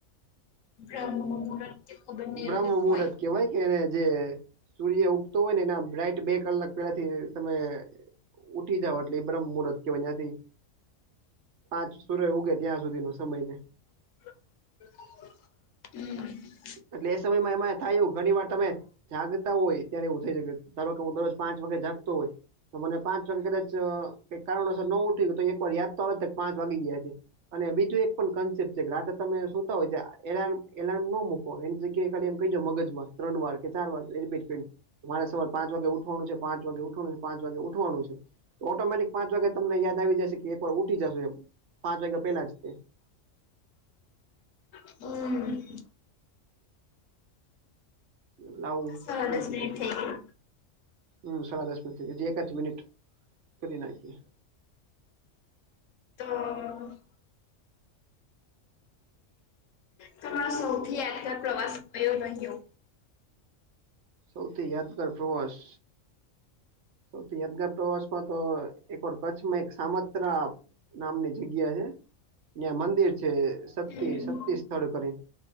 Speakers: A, on the left; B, on the right.
A: બ્રાહ્મણનું મૂરત કે ખબરની
B: બ્રહ્મ
A: એવું કંઈક
B: મુહૂર્ત
A: હોય.
B: કેહેવાય એને જે સૂર્ય ઉગતો હોય ને એના રાઈટ બે કલાક પેલા થી તમે. ઉઠી જાવ એટલે ઈ બહ્મમૂરત કેહેવાય ન્યાથી. પાંચ સુર ઉગે ત્યાં સુધી નો સમય ને.
A: હમ.
B: એટલે એ સમયમાં એમાં થાયું ઘણી વાર તમે. જાગતા હોય ત્યારે એવું થઈ શકે, ધારોકે હું દરરોજ પાંચ વાગે જાગતો હોય. તો મને પાંચ વાગે કદાચ કંઈક કારણોસર ન ઉઠી શકું તો એક વાર યાદ તો આવે કે પાંચ વાગી ગયા છે. અને બીજું એક પણ કન્સેપ્ટ છે કે રાતે તમે સુતા હોય એલમ એલારમ ન મૂક. એની જગ્યાએ ખાલી એમ કહીદો મગજ માં ત્રણ વાર કે ચાર વાર રપીટ કરી. મારે સવારે પાંચ વાગે ઉઠવાનું છે પાંચ વાગે ઉઠવાનું છે પાંચ વાગે ઉઠવાનું છે. તો ઓટોમેટિક પાંચ વાગ્યા તમને યાદ આવી જશે કે એક વાર ઉઠી જશો એમ પાંચ વાગ્યા પેલા જ તે.
A: હમ.
B: એટલે આવું
A: સાડા
B: થઈ
A: દસ
B: શકે
A: મિનિટ
B: છે.
A: થઈ ગઈ
B: હમ સાડા દસ મિનિટ એક જ મિનિટ કરી નાખએ.
A: <unintelligible> તમારો સૌથી યાદગાર પ્રવાસ થયો રહ્યો.
B: સૌથી યાદગાર પ્રવાસ. સૌથી યાદગાર પ્રવાસમાં તો એક વાર કચ્છમાં એક સામત્રા. નામની જગ્યા છે, ન્યા મંદિર છે શક્તિ
A: હમ્મ
B: શક્તિ સ્થળ કરીને.